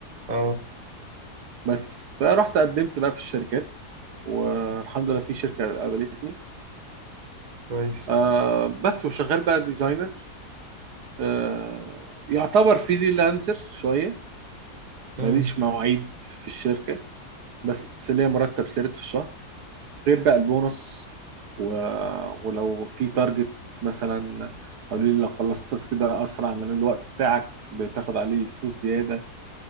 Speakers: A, on the right; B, on the right.
A: اه
B: بس فرحت قدمت بقى في الشركات والحمد لله في شركه قابلتني
A: كويس
B: آه بس وشغال بقى ديزاينر آه يعتبر فريلانسر شويه
A: امم
B: ماليش مواعيد في الشركه بس ليا مرتب ثابت في الشهر غير بقى البونص و... ولو في تارجت مثلا قالوا لي لو خلصت التاسك ده اسرع من الوقت بتاعك بتاخد عليه فلوس زياده